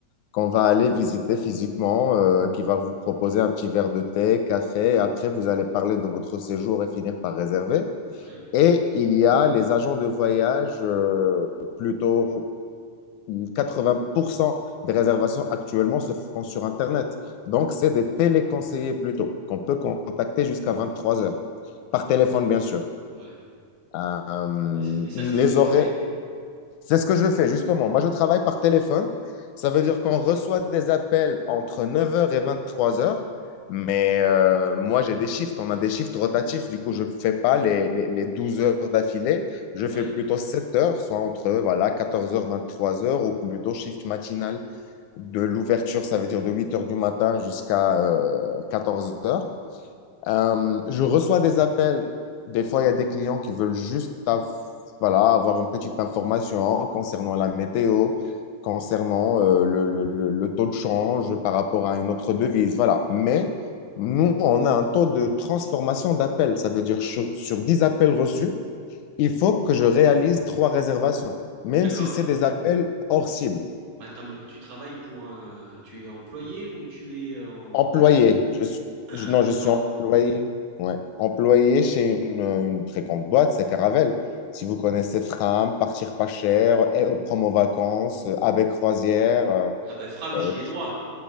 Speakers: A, on the left; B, on the right.
A: qu'on va aller visiter physiquement, euh, qui va vous proposer un petit verre de thé, café, et après, vous allez parler de votre séjour et finir par réserver.
B: Ouais.
A: Et il y a les agents de voyage, euh, plutôt 80% des réservations actuellement se font sur Internet. Donc, c'est des téléconseillers plutôt, qu'on peut contacter jusqu'à 23 heures, par
B: D'accord.
A: téléphone, bien sûr.
B: Ouais.
A: Euh,
B: Et c'est et ça,
A: les,
B: c'est ce que tu
A: horaires,
B: fais?
A: c'est ce que je fais, justement. Moi, je travaille par téléphone. Ça veut dire qu'on reçoit des appels entre 9 heures et 23 heures. Mais euh, moi, j'ai des shifts. On a des shifts rotatifs. Du coup, je ne fais pas les, les, les 12 heures d'affilée. Je
B: Ouais.
A: fais plutôt 7 heures, soit entre voilà, 14h, 23 heures, ou plutôt shift matinal de l'ouverture, ça veut dire de 8 heures du matin jusqu'à 14 heures. Euh, je reçois des appels. Des fois, il y a des clients qui veulent juste av- voilà, avoir une petite information concernant la météo, concernant euh, le, le- le- le taux de change par rapport à une autre devise. Voilà. Mais nous, on a un taux de transformation d'appels. Ça veut dire sur, sur 10 appels reçus, il faut que je réalise trois réservations, même
B: D'accord.
A: si c'est des appels hors cible.
B: Mais attends, mais tu travailles pour un tu es employé ou tu es en
A: Employé.
B: indépendant
A: Je suis, je- non,
B: d'accord.
A: je suis employé. Ouais. Employé chez une, une très grande boîte, c'est Caravelle. Si vous connaissez Fram, Partir pas cher, euh, Promo Vacances,
B: Bah,
A: euh, Avec Croisière. euh,
B: ah ben Fram,
A: euh,
B: j'y ai droit.